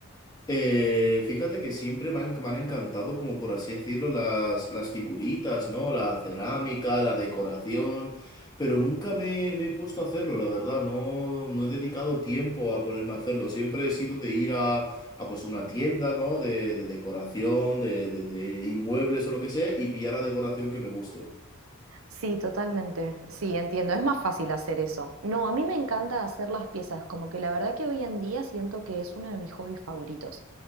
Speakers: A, on the left (about 20°); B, on the right (about 65°).
A: Eh, fíjate que siempre me han, me han encantado, como por así decirlo, las, las figuritas, ¿no? La cerámica, la decoración, pero nunca me, me he puesto a hacerlo, la verdad, no, no he dedicado tiempo a ponerme a hacerlo, siempre he sido de ir a, a pues una tienda, ¿no? De, de decoración, de, de, de inmuebles o lo que sea, y pillar la decoración que me guste.
B: Sí, totalmente. Sí, entiendo. Es más fácil hacer eso. No, a mí me encanta hacer las piezas. Como que la verdad que hoy en día siento que es uno de mis hobbies favoritos.